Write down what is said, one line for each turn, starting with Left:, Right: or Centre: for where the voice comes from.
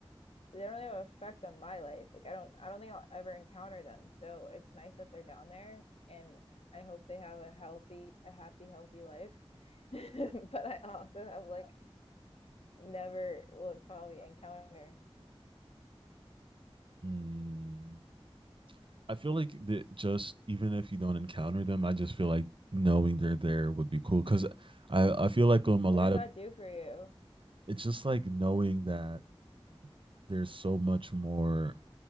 Left: they don't really have an effect on my life. Like I don't I don't think I'll ever encounter them. So it's nice that they're down there and I hope they have a healthy a happy, healthy life. <laughs> but I also have like never will probably encounter.
Right: Mm, I feel like that just even if you don't encounter them, I just feel like knowing they're there would be cool. Cause I I feel like um
Left: What
Right: a lot
Left: does
Right: of
Left: that do for you?
Right: it's just like knowing that there's so much more